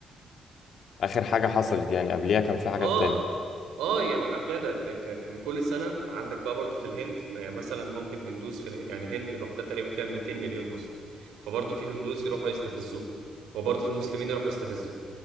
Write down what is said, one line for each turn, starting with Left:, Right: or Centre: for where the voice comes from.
Left: آخر حاجة حصلت يعني قبليها كان في حاجات
Right: اه
Left: تانية
Right: اه يعني ما قبلها ده, ده كده كان كل سنه عندك بقى برضو في الهند يعني مثلا ممكن هندوس في الهند يعني الهند لوحدها تقريبا فيها 200 مليون مسلم فبرضو في هندوس يروحوا يستفزوه وبرضو في مسلمين يروحوا يستفزوه